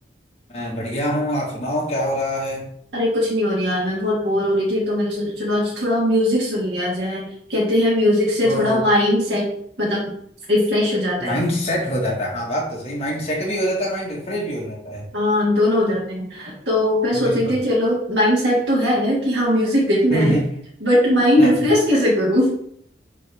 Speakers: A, on the left; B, on the right.
A: मैं बढ़िया हूँ आप सुनाओ क्या हो रहा है
B: अरे कुछ नहीं हो रहा यार मैं बहुत बोर हो रही थी तो मैंने सोचा चलो आज थोड़ा म्यूजिक सुन लिया जाए कहते हैं म्यूजिक से
A: ओहो
B: थोड़ा माइंड सेट मतलब रिफ्रेश हो जाता
A: माइंड
B: है
A: सेट हो जाता है हाँ बात तो सही माइंड सेट भी हो जाता है माइंड रिफ्रेश भी हो जाता है
B: हाँ दोनों हो जाते हैं तो मैं सोच
A: बिल्कुल
B: रही थी चलो माइंड सेट तो है कि हाँ म्यूजिक देखना
A: हम्म
B: है
A: हम्म
B: बट माइंड
A: हाँ,
B: रिफ्रेश कैसे करूँ